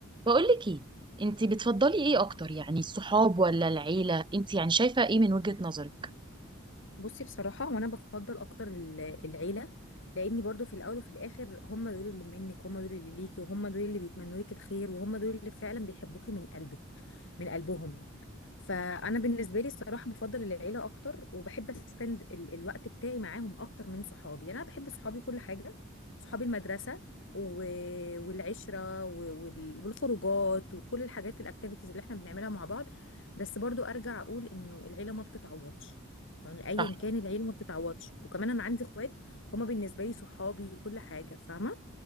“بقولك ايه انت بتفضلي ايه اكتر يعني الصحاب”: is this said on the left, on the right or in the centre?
Right